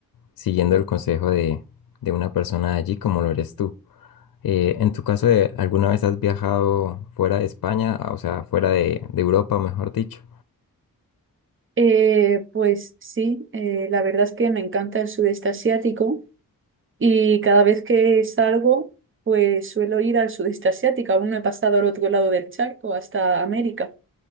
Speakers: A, on the left; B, on the right.
A: siguiendo el consejo de, de una persona de allí como lo eres tú. Eh, en tu caso, de, ¿alguna vez has viajado fuera de España, Ah, o sea, fuera de, de Europa, mejor dicho?
B: Eh, pues sí, eh, la verdad es que me encanta el sudeste asiático y cada vez que salgo, pues suelo ir al sudeste asiático. Aún no he pasado al otro lado del charco, hasta América.